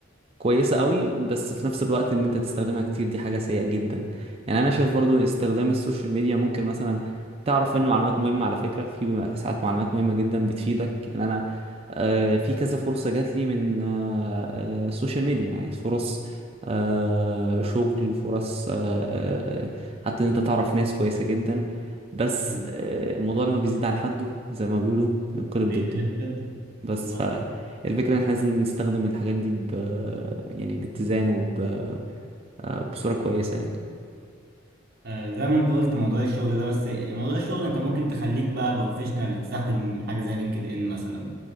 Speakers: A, on the right; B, on the right.
A: كويسة قوي بس في نفس الوقت ان انت تستخدمها كتير دي حاجة سيئة جدا يعني انا شايف برضو استخدام السوشيال ميديا ممكن مثلا تعرف منه معلومات مهمة على فكرة في بيبقى في ساعات معلومات مهمة جدا بتفيدك يعني انا آه، في كذا فرصة جات لي من آه، آه، السوشيال ميديا يعني فرص آه، شغل فرص آه، آه، آه، حتى ان انت تعرف ناس كويسة جدا بس
B: مم.
A: آه، الموضوع لما بيزيد عن حده زي ما بيقولوا بينقلب
B: بينقلب
A: ضده
B: جد
A: بس
B: بالظبط
A: فالفكرة ان احنا لازم نستخدم الحاجات دي ب يعني باتزان وب آه، بصورة كويسة يعني
B: آه زي ما انت قلت موضوع الشغل ده بس موضوع الشغل انت ممكن تخليك بقى بروفيشنال تستخدم حاجه زي لينكد ان مثلا